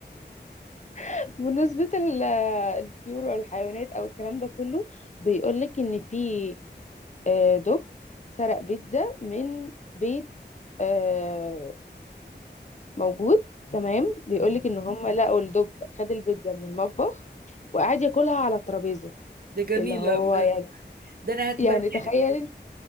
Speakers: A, on the left; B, on the right.
A: <laughs> بالنسبة ال- آه، الطيور والحيوانات او الكلام ده كله بيقولك ان في آه، دب سرق بيتزا من بيت آه، موجود تمام بيقولك ان هم لقوا الدب خد البيتزا من المطبخ وقعد ياكلها على الترابيزة
B: ده جميل
A: اللي هو
B: أوي ده
A: يعني
B: ده أنا هتبناه
A: يعني تخيل انت